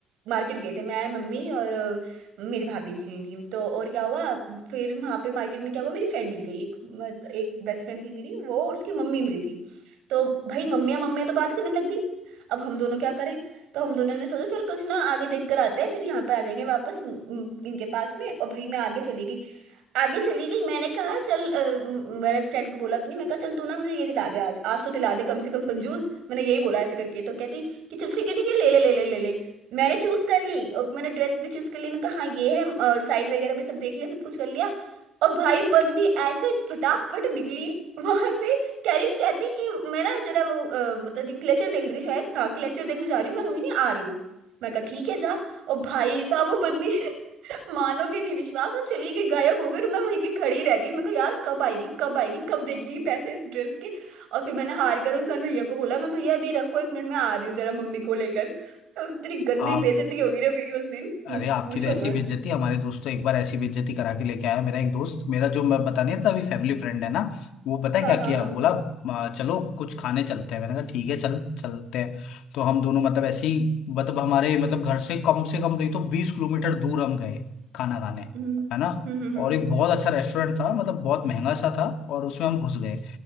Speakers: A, on the right; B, on the left.
A: मार्केट गए थे मैं मम्मी और अ, मेरी भाभी जी गई थी तो और क्या हुआ फिर वहाँ पे मार्केट में क्या हुआ मेरी फ्रेंड मिल गई एक मत- एक बेस्ट फ्रेंड थी मेरी वो और उसकी मम्मी मिल गई तो भाई मम्मियाँ मम्मियाँ तो बात करने लग गई अब हम दोनों क्या करें तो हम दोनों ने सोचा चल कुछ ना आगे देख कर आते हैं फिर यहाँ पे आ जाएंगे वापस म- म- इनके पास में और भाई मैं आगे चली गई आगे चली गई मैंने कहा चल अ, म- मैंने फ्रेंड को बोला अपनी मैं कहा चल तू ना मुझे ये दिला दे आज आज तो दिला दे कम से कम कंजूस मैंने यही बोला ऐसे करके तो कहती कि चल ठीक है ठीक है ले ले ले ले ले ले मैंने चूज कर ली और मैंने ड्रेस भी चूज कर ली मैं कहा हाँ ये है और साइज वगैरह भी सब देख लिया सब कुछ कर लिया और भाई बंदी ऐसे फटाफट निकली वहां से कह रही कहती कि मेरा जरा वो अ, मतलब क्लेचर देख रही थी शायद हाँ क्लेचर देखने जा रही हूँ मैं वहीं नहीं आ रही हूँ मैं कहा ठीक है जा और भाई साहब वो बंदी <laughs> मानोगे नहीं विश्वास वो चली गई गायब हो गई और मैं वहीं की खड़ी रह गई मैं कहा यार कब आएगी कब आएगी कब देगी ये पैसे इस ड्रेस के और फिर मैंने हार कर उस भैया को बोला मैं भैया अभी रखो एक मिनट में आ रही हूँ जरा मम्मी को लेकर अब तेरी गंदी
B: आप
A: बेइज्जती होगी ना मेरी उस दिन हम्म,
B: अरे आपकी
A: पूछो
B: तो ऐसी
A: मत
B: बेइज्जती हमारे दोस्त तो एक बार ऐसी बेइज्जती करा के लेके आया मेरा एक दोस्त मेरा जो मैं बता नहीं था अभी फैमिली फ्रेंड है ना वो पता है
A: हाँ
B: क्या
A: हाँ
B: किया
A: हाँ
B: बोला "आ, चलो कुछ खाने चलते हैं मैंने कहा ठीक है चल चलते हैं तो हम दोनों मतलब ऐसे ही मतलब हमारे मतलब घर से कम से कम नहीं तो बीस किलोमीटर दूर हम गए खाना खाने
A: हम्म हम्म
B: है ना
A: हम्म हम्म।
B: और एक बहुत अच्छा रेस्टोरेंट था मतलब बहुत महंगा सा था और उसमें हम घुस गए